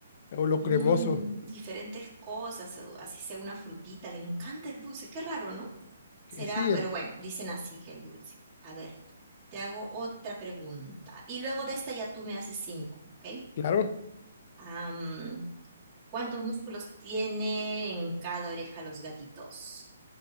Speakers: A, on the left; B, on the right.
A: o lo
B: Mm,
A: cremoso.
B: diferentes cosas, o así sea una frutita, le encanta el dulce. Qué raro, ¿no? Será,
A: Que sí,
B: pero
A: r-
B: bueno, dicen así que el dulce. A ver, te hago otra pregunta. Y luego de esta ya tú me haces cinco, ¿ok?
A: claro.
B: Am, ¿Cuántos músculos tiene en cada oreja los gatitos?